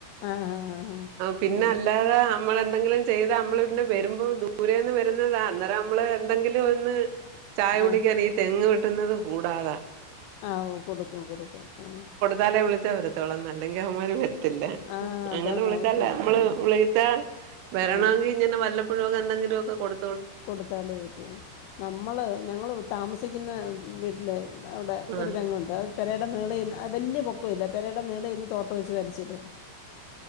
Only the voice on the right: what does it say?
പിന്നെ
അല്ലാതെ നമ്മളെന്തെങ്കിലും ചെയ്താ നമ്മൾ ഇ വരുമ്പോൾ ദൂരെന്ന് വരുന്നതാ അന്നേരം നമ്മള് എന്തെങ്കിലും ഒന്ന് ചായ കുടിക്കാൻ
ഈ തെങ്ങ് വെട്ടുന്നത് കൂടാതാ.
താലെ വിളിച്ചാ വരത്തോളന്ന് അല്ലെങ്കിൽ അവന്മാര് വരത്തില്ല.
അങ്ങനെ വിളിച്ചല്ല
നമ്മള് വിളത്താ വരണമെങ്കിൽ
ഇങ്ങനെ വല്ല <unintelligible> എന്തെങ്കിലുമ ഒക്കെടു
ആഹ്